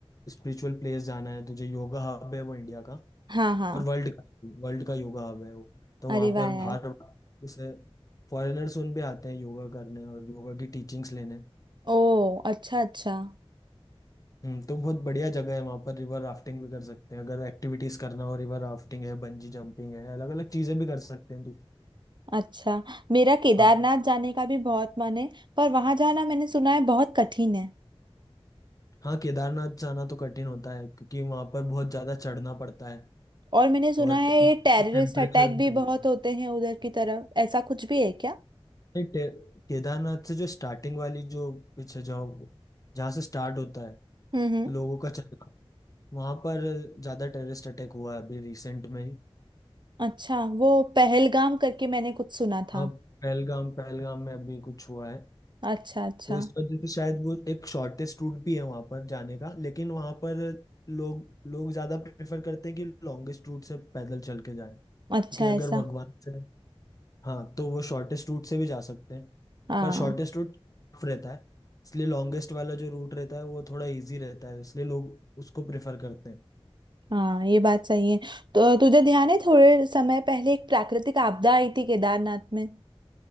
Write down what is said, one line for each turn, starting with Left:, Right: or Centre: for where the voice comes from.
Left: स्पिरिचुअल प्लेस जाना है तुझे योगा हब है वो इंडिया का
Right: हाँ हाँ
Left: और वर्ल्ड का वर्ल्ड का योगा हब है वो तो वहाँ
Right: अरे
Left: पर
Right: वाह यार
Left: बाहर जैसे फॉरेनर्स उन भी आते हैं योगा करने और योगा की टीचिंग्स लेने
Right: ओ अच्छा अच्छा
Left: हम्म तो बहुत बढ़िया जगह है वहाँ पर रिवर राफ्टिंग भी कर सकते हैं अगर एक्टिविटीज करना हो रिवर राफ्टिंग है बंजी जंपिंग है अलग अलग चीजें भी कर सकते हैं तो
Right: अच्छा मेरा केदारनाथ
Left: हाँ
Right: जाने का भी बहुत मन है पर वहां जाना मैंने सुना है बहुत कठिन है
Left: हाँ, केदारनाथ जाना तो कठिन होता है क्योंकि वहाँ पर बहुत ज्यादा चढ़ना पड़ता है
Right: और मैंने सुना
Left: और
Right: है
Left: टेम्परेचर
Right: ये टेररिस्ट अटैक
Left: भी
Right: भी
Left: कम
Right: बहुत
Left: रहता है
Right: होते हैं उधर की तरफ ऐसा कुछ भी है क्या
Left: नहीं, टे- केदारनाथ से जो स्टार्टिंग वाली जो पीछे जाओ जहाँ से स्टार्ट होता है
Right: हम्म हम्म
Left: लोगों का चलना वहां पर ज्यादा टेररिस्ट अटैक हुआ है अभी रिसेंट में ही
Right: अच्छा वो पहलगाम करके मैंने कुछ सुना
Left: हाँ
Right: था
Left: पहलगाम पहलगाम में अभी कुछ हुआ है
Right: अच्छा अच्छा
Left: तो इस वजह से शायद वो एक शॉर्टेस्ट रूट भी है वहां पर जाने का लेकिन वहां पर लोग लोग ज्यादा प्रेफर करते हैं कि लॉन्गेस्ट रूट से पैदल चल के जाएं क्योंकि
Right: अच्छा
Left: अगर
Right: ऐसा
Left: भगवान से हाँ तो वो शॉर्टेस्ट रूट से भी जा सकते हैं
Right: हाँ
Left: पर शॉर्टेस्ट रूट टफ रहता है इसलिए लॉन्गेस्ट वाला जो रूट रहता है वो थोड़ा इजी रहता है इसलिए लोग उसको प्रेफर करते हैं
Right: हाँ ये बात सही है तो तुझे ध्यान है थोड़े समय पहले एक प्राकृतिक आपदा आई थी केदारनाथ में